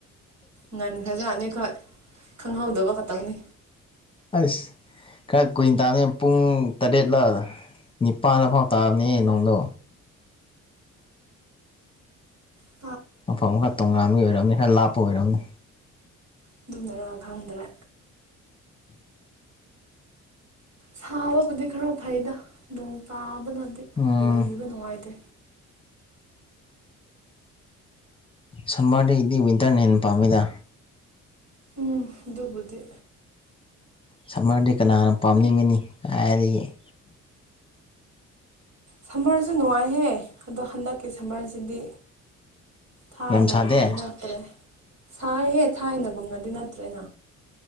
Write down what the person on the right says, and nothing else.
ꯉꯟꯈ꯭ꯔꯖꯥꯠꯅꯤ ꯈꯣꯏ ꯈꯪꯍꯧꯗꯕ ꯈꯇꯪꯅꯤ
ꯑꯆꯥ
ꯑꯗꯨꯝꯗꯔ ꯈꯪꯗ꯭ꯔꯦ ꯁꯥꯕꯕꯨꯗꯤ ꯈꯔ ꯐꯩꯗ ꯅꯣꯡ ꯇꯥꯕꯅ ꯍꯥꯏꯗꯤ
ꯂꯩꯕ ꯅꯨꯡꯉꯥꯏꯇꯦ
ꯎꯝ ꯑꯗꯨꯕꯨꯗꯤꯦ
ꯁꯝꯃꯔꯁꯨ ꯅꯨꯡꯉꯥꯏꯍꯦ ꯑꯗꯣ ꯍꯟꯗꯛꯀꯤ ꯁꯝꯃꯔꯁꯤꯗꯤ ꯊꯥꯏꯅꯒꯨꯝꯕꯗꯤ
ꯅꯠꯇ꯭ꯔꯦ ꯁꯥꯥꯏꯍꯦꯛ ꯊꯥꯏꯅꯒꯨꯝ ꯒꯨꯝꯅꯗꯤ ꯅꯠꯇ꯭ꯔꯦꯅ